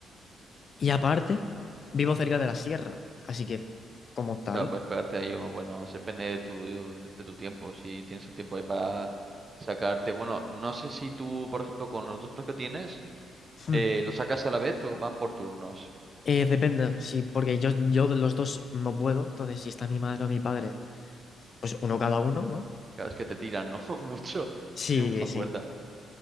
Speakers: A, on the left; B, on the right.
A: Y aparte, vivo cerca de la sierra, así que como tal,
B: Claro, puedes pegarte ahí uno bueno, depende de tu, de tu tiempo, si tienes el tiempo ahí para sacarte. Bueno, no sé si tú, por ejemplo, con los dos perros que tienes,
A: mm,
B: eh, ¿los sacas a la vez o van por turnos?
A: eh, depende, sí, porque yo, yo de los dos no puedo, entonces si está mi madre o mi padre, pues uno cada uno, ¿no?
B: Claro, es que te tiran, ¿no? <laughs> Mucho.
A: Sí,
B: Tienen mucha
A: sí.
B: fuerza,